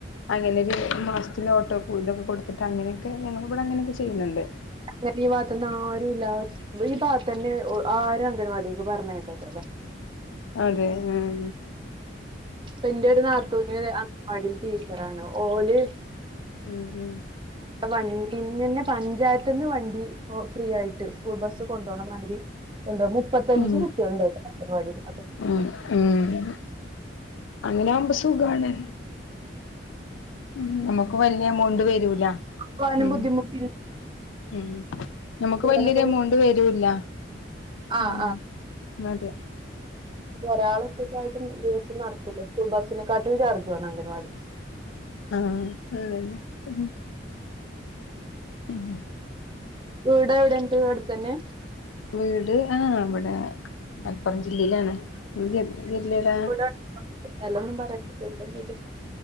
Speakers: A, on the left (about 85°); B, on the right (about 25°).
A: അങ്ങനെക്കെ ഇരിക്കുമ്പം മാസത്തില് ഓട്ടോ കൂലി ഒക്കെ കൊടുത്തിട്ട് അങ്ങനെയൊക്കെ ഞങ്ങള ഇവടെ അങ്ങനെയൊക്കെ ചെയ്യുന്നുണ്ട്
B: എന്നിട്ട് ഈ ഭാഗത്ത്‌ന്ന് ആരും ഇല്ല ഈ ഭാഗത്തന്നെ ആരും അംഗൻവാടിയിൽ പറഞ്ഞേക്കത്തില്ല
A: അതെ ഉം
B: ഇപ്പ എന്റെ ഒര് നാത്തൂന് അംഗൻ വാടീല് ടീച്ചറാണ് ഓല്
A: ഉം ഉം
B: വണ്ടി ഇന്നന്നെ പഞ്ചായത്ത് നിന്ന് വണ്ടി ഫ്രീ ആയിട്ട് സ്കൂൾ ബസ് കൊണ്ടോണ മാതിരി ഒണ്ട് മുപ്പത്തഞ്ച്
A: ഉം
B: കുട്ടികള്ണ്ട് <unintelligible> അംഗൻവാടിയില്
A: ഉം ഉം അങ്ങനാവുമ്പ സുഖാണ് ഉം നമ്മുക്ക് വല്ല്യ എമൗണ്ട് വരൂല
B: പോവാനും
A: ഉം
B: ബുദ്ധിമുട്ടില്ല
A: ഉം നമ്മക്ക്
B: പോവാനൊക്കെ
A: വലിയൊരു
B: ഒന്ന്
A: എമൗണ്ട് വരൂല്ല
B: ആഹ്
A: ഉം അതെ
B: ഒരാളൊക്കെക്കായിയിട്ടും ദിവസം നടക്കൂലെ സ്കൂൾ ബസ്സിനെക്കാട്ടും ചാർജ് ആണ് അംഗൻവാടി
A: ആഹ് അതെല്ലേ ഉം ഉം ഉം
B: വീട് എവിടെണ്ട് അട്ത്ത് തന്നെ
A: വീട് ആഹ് ഇവിടെ മലപ്പുറം ജില്ലയിലാണ്
B: അതിന്റെ
A: ഇല്ലതാ
B: ചുറ്റും കൂടെ സ്ഥലൊന്നും പറയണ്ട